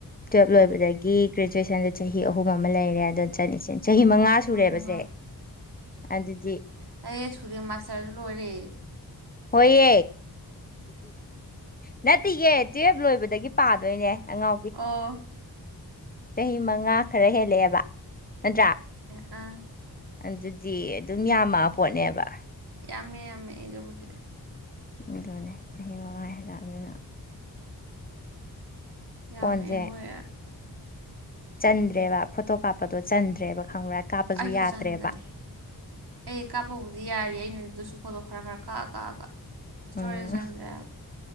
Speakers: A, on the left; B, on the right.
A: ꯇꯨꯌꯦꯜꯞ
B: ꯍꯣꯏ
A: ꯂꯣꯏꯕꯗꯒꯤ ꯒ꯭ꯔꯦꯖꯨꯌꯦꯁꯟꯗ ꯆꯍꯤ ꯑꯍꯨꯝ ꯑꯃ ꯂꯩꯔꯦ ꯑꯗꯣ ꯆꯠꯂꯤꯁꯤ ꯆꯍꯤ ꯃꯉꯥ
B: ꯑꯃ
A: ꯁꯨꯔꯦꯕꯁꯦ
B: ꯃꯉꯥ
A: ꯑꯗꯨꯗꯤ
B: ꯇꯥꯌꯦꯠ ꯁꯨꯔꯦ ꯃꯥꯁꯇꯔꯁꯨ ꯂꯣꯏꯔꯦ
A: ꯍꯣꯏꯑ ꯅꯠꯇꯤꯌꯦ ꯇꯨꯌꯦꯜꯞ ꯂꯣꯏꯕꯗꯒꯤ ꯄꯥꯗꯣꯏꯅꯦ ꯑꯉꯥꯎꯕꯤ
B: ꯑꯣ
A: ꯆꯍꯤ ꯃꯉꯥ ꯈꯔ ꯍꯦꯜꯂꯦꯛꯑꯦꯕ ꯅꯠꯇ꯭ꯔꯥ
B: ꯑꯡ
A: ꯑꯗꯨꯗꯤ ꯑꯗꯨꯝ ꯌꯥꯝꯃꯛꯑ ꯄꯣꯠꯅꯦꯕ
B: ꯌꯥꯝꯃꯦ ꯌꯥꯝꯃꯦ ꯑꯩꯗꯨꯕꯨꯗꯤ
A: ꯑꯗꯨꯅꯦ ꯆꯍꯤ ꯃꯉꯥ ꯍꯦꯜꯂꯛꯑꯕꯅꯤꯅ
B: ꯌꯥꯝꯃꯛꯑꯦ
A: ꯐꯣꯟꯁꯦ
B: ꯃꯣꯏ ꯑ
A: ꯆꯟꯗ꯭ꯔꯦꯕ ꯐꯣꯇꯣ ꯀꯥꯞꯄꯗꯣ ꯆꯟꯗ꯭ꯔꯦꯕ ꯈꯪꯕ꯭ꯔꯥ ꯀꯥꯞꯄꯁꯨ
B: ꯑꯩꯁꯨ
A: ꯌꯥꯗ꯭ꯔꯦꯕ
B: ꯆꯟꯗꯔꯦ ꯑꯩ ꯀꯥꯞꯄꯕꯨꯗꯤ ꯌꯥꯔꯤ ꯑꯩ ꯅꯨꯗꯁꯨ ꯐꯣꯇꯣ ꯈꯔ ꯈꯔ ꯀꯛꯑ ꯀꯛꯑꯒ ꯏꯁꯇꯣꯔꯦꯖ
A: ꯎꯝ
B: ꯆꯟꯗ꯭ꯔꯦꯕ